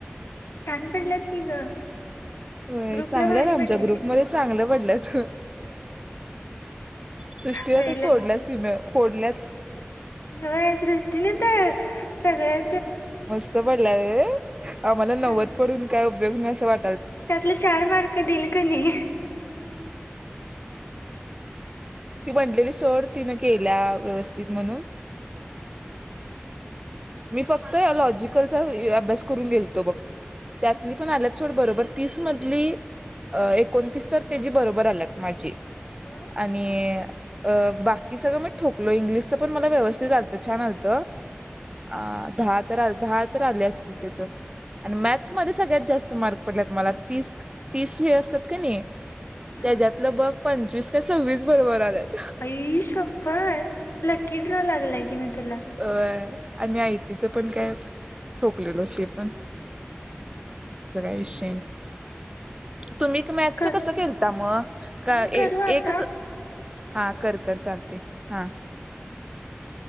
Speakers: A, on the left; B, on the right.
A: छान पडल्यात की ग
B: होय
A: ग्रुपला
B: चांगलं
A: भारी
B: आहेत आमच्या
A: पडल्यात
B: ग्रुपमध्ये
A: की तुमच्या
B: चांगलं पडल्यात, सृष्टीला
A: होय
B: तर तोडल्यात तीण फोडल्याच.
A: व्हय सृष्टीने तर सगळ्या
B: मस्त पडला ये, आम्हाला नव्वद
A: नाही
B: पडून काय उपयोग‌ नाही अस वाट
A: त्यातले चार मार्क देइल कणी
B: ती म्हटलेली सोड तिन केल्या व्यवस्थित म्हणून, मी फक्त लॉजिकलचा अभ्यास करून गेलतो बघ, त्यातली पण आल्यात सोड बरोबर तीस मधली अ एकोणतीस तर त्याची बरोबर आल्यात माझी.
A: होय
B: आणि अ बाकी सगळं मी ठोकलो, इंग्लिशच पण मला व्यवस्थित आलतं छान आलतं. आ दहा तर दहा तर आले असतील त्याचं आणि मॅच मध्ये सगळ्यात जास्त मार्क पडल्यात मला, तीस तीस हे असतात कणी
A: हा
B: त्याच्यातलं बघ पंचवीस का सव्वीस बरोबर आल्यात.
A: आई शपथ लकी ड्रॉ लागलाय <unintelligible>
B: अ आणि आयटी च पण काय ठोकलेलो ते पण तेचा काय विषय, तुम्ही मॅचचं
A: कर
B: कसं केलता मग? का
A: मी करू आता
B: एकच, हा
A: कॉल
B: कर कर चालतय. हा.
A: <inaudible>